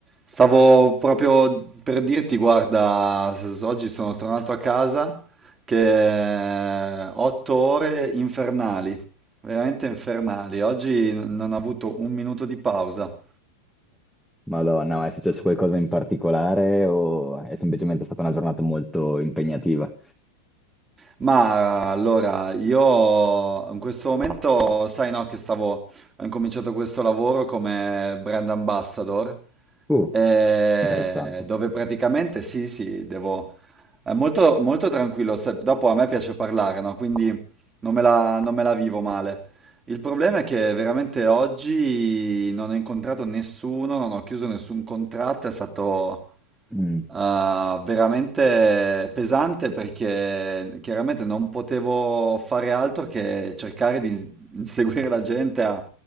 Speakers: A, on the right; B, in the centre.
A: Stavo proprio per dirti, guarda, s- oggi sono tornato a casa che otto ore infernali, veramente infernali. Oggi n- non ho avuto un minuto di pausa.
B: Madonna, ma è successo qualcosa in particolare o è semplicemente stata una giornata molto impegnativa?
A: Ma allora, io in questo momento, sai no, che stavo, ho incominciato questo lavoro come brand ambassador,
B: Uh,
A: eh,
B: interessante.
A: dove praticamente sì, sì, devo... È molto, molto tranquillo, se- dopo a me piace parlare, no? Quindi non me la, non me la vivo male. Il problema è che veramente oggi non ho incontrato nessuno, non ho chiuso nessun contratto, è stato...
B: Mm.
A: Ah, veramente pesante perché chiaramente non potevo fare altro che cercare di inseguire la gente a,